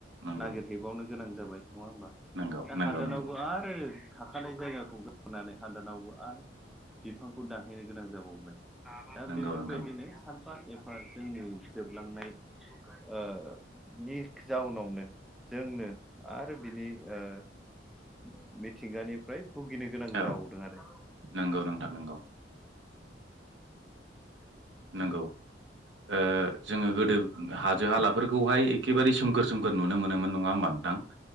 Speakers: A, on the right (about 75°); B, in the centre.
A: नंगौ
B: नागिरहैबावनो गोनां जाबाय नङा होमबा
A: नंगौ
B: दा
A: नंगौ
B: हादानावबो
A: नंगौ
B: आरो थाखानाय जायगा गानै हादानावबो आरो बिफांखौ दानहैनो गोनां जाबावबाय। दा
A: नंगौ
B: बेफोरबायदिनो
A: नंगौ
B: सानफा एफा जोंनि जोबलांनाय ओ थिग जाउनावनो जोंनो आरो बिनि ओ मिथ मिथिंगानिफ्राय भुगिनो गोनां
A: औ
B: जाबावदों आरो।
A: नंगौ नोंथां नंगौ। नोंगौ, ओ जोङो गोदो हाजो हालाफोरखौहाय एखेबारे सोमखोर सोमखोर नुनो मोनोमोन नङा होमबा नोंथां?